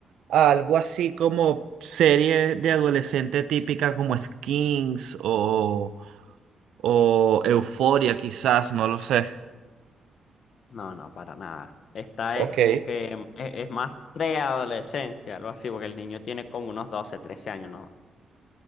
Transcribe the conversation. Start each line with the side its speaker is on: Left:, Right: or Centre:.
Right: a algo así como serie de adolescente típica como Skins o, o Euforia, quizás, no lo sé.
Left: No, no, para nada. Esta
Right: Ok.
Left: es como que mm, es, es más preadolescencia, algo así, porque el niño tiene como unos 12 13 años, ¿no?